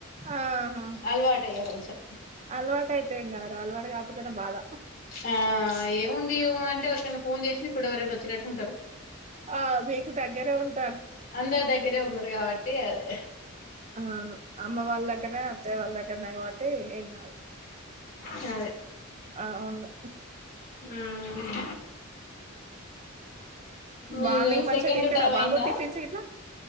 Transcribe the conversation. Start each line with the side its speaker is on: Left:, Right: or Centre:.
Right: ఆహా
Left: అలవాటు అయ్యా కొంచెం
Right: అలవాటు అయితే ఏం కాదురా అలవాటు కాకపోతేనే బాధ
Left: ఆ ఏముంది ఊ అంటే ఎవరికన్నా ఫోన్ చేసిన ఇప్పుడు ఎవరైనా వచ్చేటట్టు ఉంటారు
Right: ఆ మీకు దగ్గరే ఉంట
Left: అందరు దగ్గరే ఉన్నారు కాబట్టి అదే
Right: అవును అమ్మ వాళ్ళ దగ్గరనే అత్తయ్య వాళ్ళ దగ్గరనే కాబట్టి ఏం కాాదు
Left: సరే
Right: ఆ అవును
Left: మ్మ్ మీది
Right: మార్నింగ్ మంచిగా
Left: సెకండ్
Right: తింటాడా
Left: టైం
Right: బాబు
Left: అయిందా
Right: టిఫిన్స్ ఇట్ల